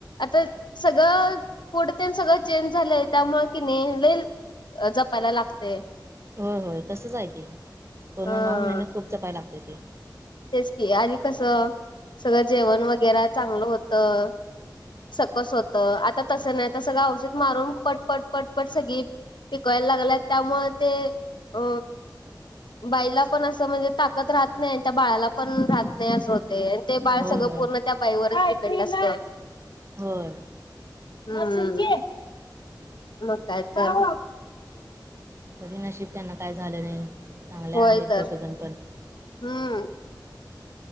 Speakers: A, on the left (about 75°); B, on the right (about 35°).
A: आता सगळं फूड तेन सगळं चेंज झालंय त्यामुळे की नी लय अ जपायला लागते.
B: होय होय तसंच आहे की ते पूर्ण
A: हा
B: नऊ महिने खूप जपाय लागते ते.
A: तेच की आदी कसं सगळं जेवण वगैरे चांगलं होतं सकस होतं आता तसं नाही तर सगळं औषध मारून पटपट पटपट सगळी पिकवायला लागलय त्यामुळे ते अ बाईला पण असं म्हणजे ताकत राहत नाही त्या बाळाला पण राहत नाही असं होते आन ते बाळ
B: होय
A: सगळं
B: होय
A: पूर्ण त्या बाईवरच डिपेंड असतं.
B: होय.
A: हम्म मग काय तर.
B: कधी नशीब त्यांना काय झालं नाही चांगल्या
A: होय
B: आहेत
A: तर
B: दोघंजण पण.
A: हम्म.